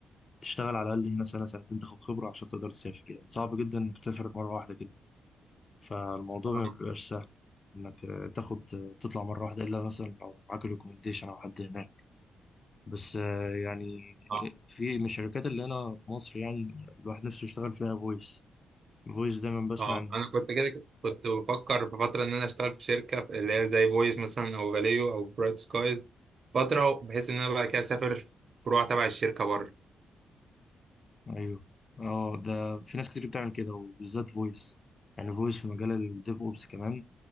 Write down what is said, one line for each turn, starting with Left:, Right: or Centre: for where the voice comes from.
Left: تشتغل على الاقل هنا سنة سنتين تاخد خبرة عشان تقدر تسافر يعني صعب جدا انك تسافر مرة واحدة كده فالموضوع
Right: اه
Left: ما بيبقاش سهل انك آه، تاخد آه، تطلع مرة واحدة الا مثلا لو معاك ريكومنديشن او حد هناك بس آه، يعني
Right: اه
Left: في من الشركات اللي هنا في مصر يعني الواحد نفسه يشتغل فيها فويس فويس دايما بسمع
Right: اه
Left: عن
Right: انا كنت كده كنت بفكر في فتره ان انا اشتغل في شركه اللي هي زي فويس مثلا او فاليو او برايت سكايز فتره بحيث ان انا بقى كده اسافر فروع تبع الشركه بره
Left: ايوه اه ده في ناس كتير بتعمل كده وبالذات فويس يعني فويس في مجال الديف اوبس كمان